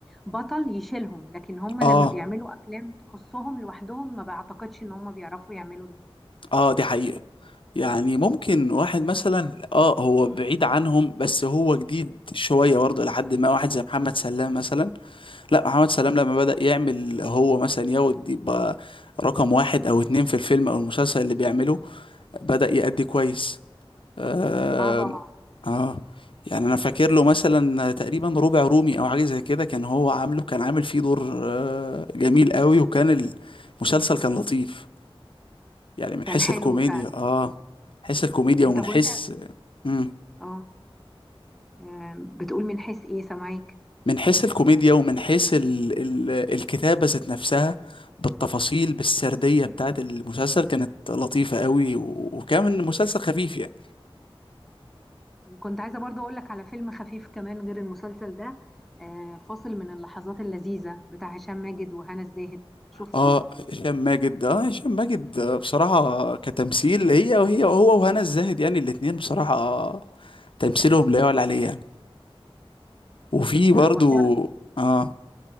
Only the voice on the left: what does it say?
اه
آه، دي حقيقة يعني ممكن واحد مثلا اه هو بعيد عنهم بس هو جديد شوية برضه لحد ما واحد زي محمد سلام مثلا لا محمد سلام لما بدأ يعمل هو مثلا ياخد يبقى رقم واحد او اتنين في الفيلم او المسلسل اللي بيعمله بدأ يأدي كويس آه,
اه يعني انا فاكر له مثلا تقريبا ربع رومي او حاجة زي كده كان هو عامله كان عامل فيه دور آه جميل قوي وكان المسلسل كان لطيف يعني من
حيث
الكوميديا
اه حيث الكوميديا
ومن
حيث
مم.
من حيث الكوميديا ومن حيث ال ال الكتابة ذات نفسها بالتفاصيل بالسردية بتاعت المسلسل كانت لطيفة قوي و- وكان مسلسل خفيف يعني
اه هشام ماجد اه هشام ماجد آه، بصراحة كتمثيل هي وهي هو وهنا الزاهد يعني الاتنين بصراحة تمثيلهم لا يعلى عليه يعني وفي برضو
اه